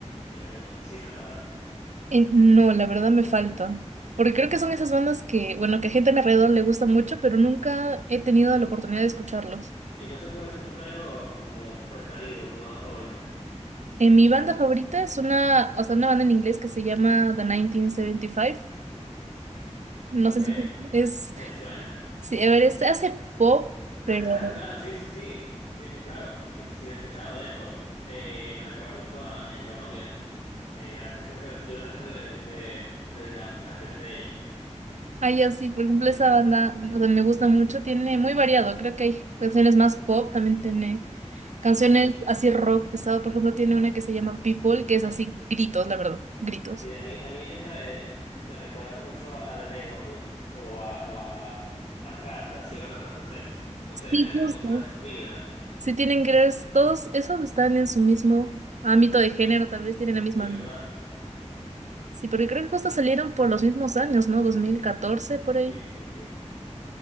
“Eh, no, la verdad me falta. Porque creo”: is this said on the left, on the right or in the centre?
Right